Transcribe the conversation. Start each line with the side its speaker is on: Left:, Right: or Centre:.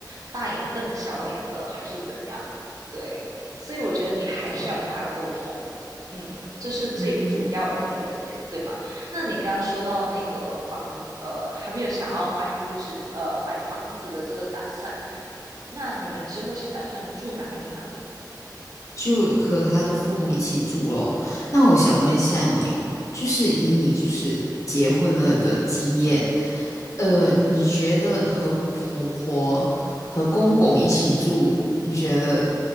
Right: 大眼瞪小眼的，还是怎样？对，所以我觉得你还是要跟他沟通，
Left: 对。
Right: 嗯，这是最主要的一个点，
Left: 嗯，
Right: 对吗？那你刚刚说到那个房，呃，还没有想要买屋子，呃，买房子的这个打算，那你们之后是打算住哪里呢？
Left: 就和他的父母一起住咯。那我想问一下你哦，就是以你就是结婚了的经验，呃，你觉得和婆婆和公公一起住，你觉得